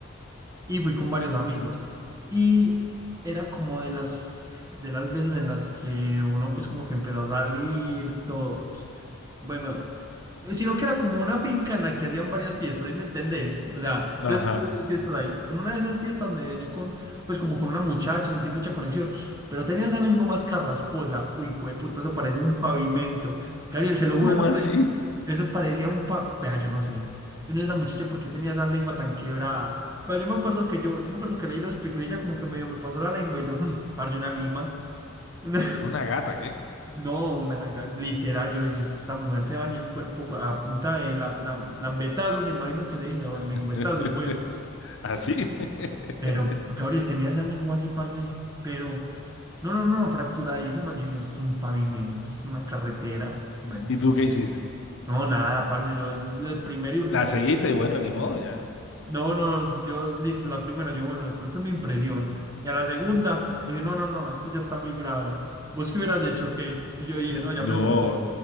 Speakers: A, on the right; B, on the left.
A: y fui con varios amigos. Y era como de las, de las veces en las que uno pues como que empezó a salir, todo. Bueno, eh, sino que era como una finca en la que hacían varias fiestas, ¿sí me entendés? O sea, entonces
B: Ajá.
A: tuvimos fiestas ahí. En una de esas fiestas me besé con, pues como con una muchacha, sentí mucha conexión, pero tenía esa lengua más carrasposa. Uy, güey, puto, eso parecía un pavimento. Cariel, se lo
B: ¿Cómo
A: juro, eso
B: así?
A: parecía, eso parecía un pa... Vea, yo no sé. Yo no sé esa muchacha por qué tenía esa lengua tan quebrada. Vea, yo me acuerdo que yo, yo me acuerdo que leí los picos y ella como que medio me pasó la lengua y yo, hmm, parce, una lima. <laughs>
B: Era una gata, ¿qué?
A: No, una literal, yo decía, esta mujer se baña el cuerpo co- a punta de la, la- lambetazos, me imagino que se dice, o lengüetazos,
B: <laughs>
A: bueno.
B: ¿Así?
A: Pero
B: <laughs>
A: Gabriel tenía esa lengua así, parce, pero no, no, no, fracturadísima. Yo dije, esto es un pavimento, es una carretera. Bueno,
B: ¿Y tú qué hiciste?
A: no, nada, parce, yo el, el primer y último.
B: La seguiste y bueno, ni modo, ya.
A: No, no, yo, listo, la primera, yo, bueno, de pronto es mi impresión. Y a la segunda, dije, no, no, no, esto ya está muy grave. ¿Vos qué hubieras hecho? ¿Qué? Y yo dije, no, ya
B: No,
A: me voy.